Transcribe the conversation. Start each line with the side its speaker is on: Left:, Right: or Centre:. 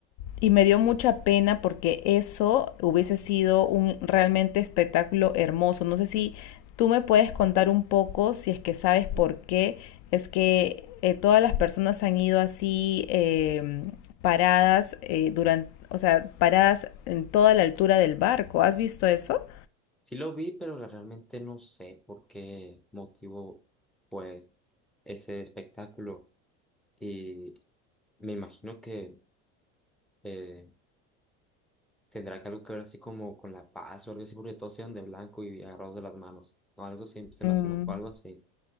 Left: Y me dio mucha pena porque eso hubiese sido un realmente espectáculo hermoso. No sé si tú me puedes contar un poco, si es que sabes por qué es que eh, todas las personas han ido así eh, paradas eh, durante, o sea, paradas en toda la altura del barco. ¿Has visto eso?
Centre: Sí lo vi, pero la- realmente no sé por qué motivo fue ese espectáculo. Y me imagino que eh, tendrá que algo que ver así como con la paz o algo así, porque todos eran de blanco y agarrados de las manos. O algo así, se me
Left: Mm.
Centre: asemejó a algo así.